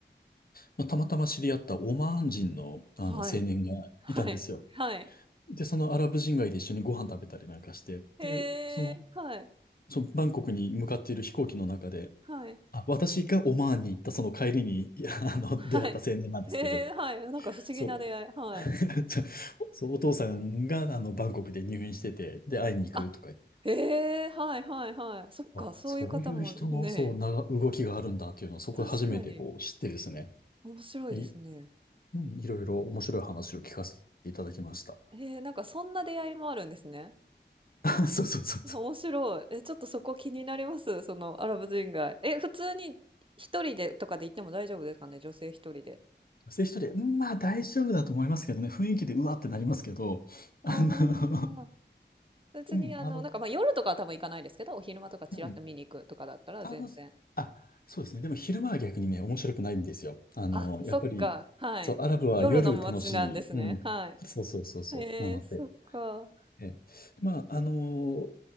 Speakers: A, on the left; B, on the right.
A: まあたまたま知り合ったオマーン人の、
B: はい。
A: あの青年がいたんですよ。
B: はい。はい。
A: で、そのアラブ人街で一緒にご飯食べたりなんかして、
B: へえ、
A: で、その、
B: はい。
A: そのバンコクに向かっている飛行機の中で、
B: はい。
A: あ、私がオマーンに行ったその帰りに、いやあの、
B: はい。
A: 出会った青年なんですけど、
B: へえ、はい。なんか不思議な出会い。
A: そう、
B: はい。
A: <laughs> ちょそう、お父さんが、あの、バンコクで入院してて、で、会いに行くとか言って、
B: あ、ええ、はいはいはい。そっか、
A: あ、
B: そういう方もね、
A: そういう人の、そう、なが、動きがあるんだっていうのを、そこで初めてこう、
B: 確かに
A: 知ってですね。
B: 面白いですね。
A: い、うんいろいろ面白い話を聞かせていただきました。
B: へえ、なんかそんな出会いもあるんですね。
A: <laughs> そうそうそうそう。
B: 面白い。え、ちょっとそこ気になります、そのアラブ人街。え、普通に一人でとかで行っても大丈夫ですかね、女性一人で。
A: 女性一人で、うんまあ大丈夫だと思いますけどね、雰囲気でうわってなりますけど、あの、
B: ああ、
A: <laughs>
B: 別にあの、
A: うん、あの、
B: なんかまあ夜とかは多分行かないですけど、お昼間とかチラッと見に行くとかだったら全然。
A: うんあの、あ、そうですね。でも昼間は逆にね、面白くないんですよ。あの、
B: あ、そっか、
A: やっぱり、
B: はい。
A: そう、アラブは夜楽しい。
B: 夜の街なんですね。
A: うん。
B: はい。
A: そうそうそうそう。
B: へえ、
A: なので、
B: そっか。
A: え、まあ、あの